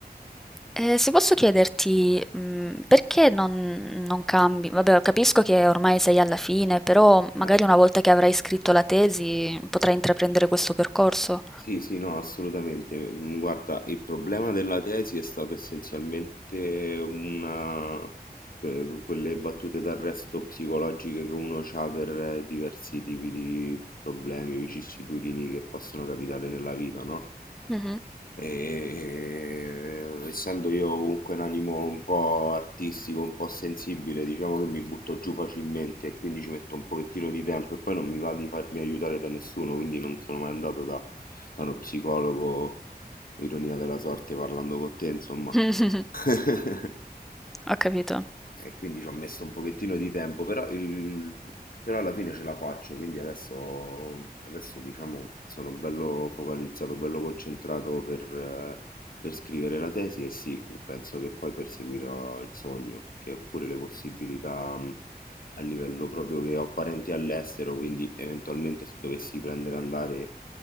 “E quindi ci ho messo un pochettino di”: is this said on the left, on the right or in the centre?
Left